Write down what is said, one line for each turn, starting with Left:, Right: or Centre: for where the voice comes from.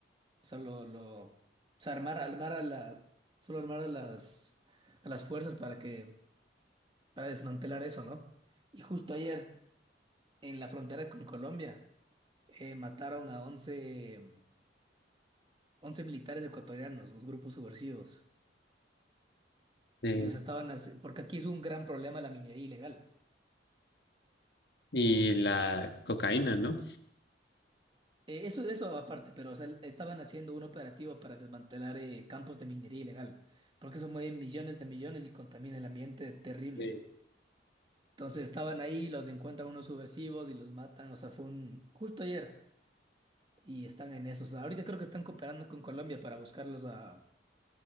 Right: o sea, lo, lo, o sea, armar, armar a la, solo armar a las, a las fuerzas para que, para desmantelar eso, ¿no? Y justo ayer, en la frontera con Colombia, eh, mataron a once 11 militares ecuatorianos, los grupos subversivos.
Left: Sí.
Right: Sí, o sea, estaban, así- porque aquí es un gran problema la minería ilegal.
Left: Y la cocaína, ¿no?
Right: Eh, eso, eso aparte, pero o sea, estaban haciendo un operativo para desmantelar eh, campos de minería ilegal, porque eso mueve millones de millones y contamina el ambiente terrible.
Left: Eh,
Right: Entonces estaban ahí, los encuentran unos subversivos y los matan, o sea, fue un... justo ayer y están en eso. O sea, ahorita creo que están cooperando con Colombia para buscarlos a,